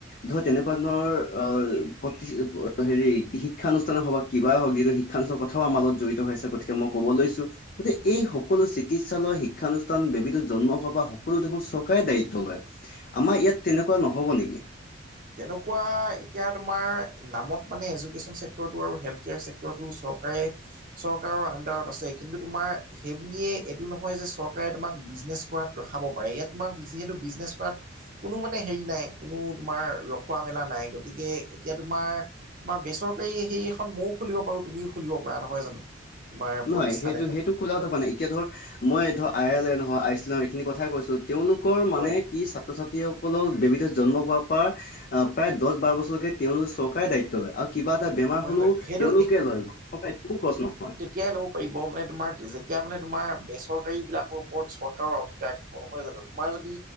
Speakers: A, on the left (about 50°); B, on the right (about 45°).
A: ধৰা তেনেকুৱা ধৰণৰ আহ প্ৰতি হেৰি শিক্ষানুষ্ঠানৰ সব কিবাই হওক যিটো শিক্ষালোচক কথাও আমাৰ লগত জড়িত হৈ আছে গতিকে মই কব লৈছো গতিকে এই সকলো চিকিৎসালয়, শিক্ষানুষ্ঠান, বেবিটো জন্ম হোৱা পা সকলো দেখোন চৰকাৰে দায়িত্ব লয়। আমাৰ ইয়াত তেনেকুৱা নহ'ব নেকি?
B: তেনেকুৱা এতিয়া তোমাৰ নামত মানে এডুকেচন চেক্টৰটো আৰু হেল্থ কেয়াৰ চেক্টৰটো চৰকাৰে চৰকাৰৰ আণ্ডাৰত আছে কিন্তু তোমাৰ সেই বুলিয়ে এইটো নহয় যে চৰকাৰে তোমাক বিজনেছ কৰাত ৰখাব পাৰ ইয়াত তোমাক যিহেতু বিজনেছ কৰাত কোনো মানে হেৰি নাই কোনো তোমাৰ ৰখুৱা মেলা নাই গতিকে এতিয়া তোমাৰ তোমাৰ বেচৰকাৰী সেই এখন মইও খুলিব পাৰো তুমিও খুলিব পাৰা নহয় জানো? তোমাৰ
A: নহয়
B: প্ৰতিষ্ঠান
A: সেইটো-
B: এখন
A: সেইটো খোলাও
B: হয়
A: থকা নাই এতিয়া ধৰ মই ধৰ আয়াৰলেণ্ড হওঁ আইচলেণ্ড এইখিনি কথাই কৈছো তেওঁলোকৰ মানে
B: হয়
A: কি ছাত্ৰ - ছাত্ৰীয়েও সকলৰ বেবিটো জন্ম হোৱাৰ পা আহ প্ৰায় দছ, বাৰ বছৰলৈকে তেওঁলোকৰ চৰকাৰে দায়িত্ব লয় আৰু কিবা এটা বেমাৰ
B: হয়
A: হ'লেও
B: হয় সেইটো
A: তেওঁলোকে লয় ঘৰৰ <unintelligible> একো খৰচ নহয়।
B: এতিয়াই ল'ব পাৰিব মানে তোমাৰ যেতিয়া মানে তোমাৰ বেচৰ কাৰী বিলাকৰ ওপৰত চৰকাৰৰ অধিকাৰ থাকিব নহয় জানো তোমাৰ যদি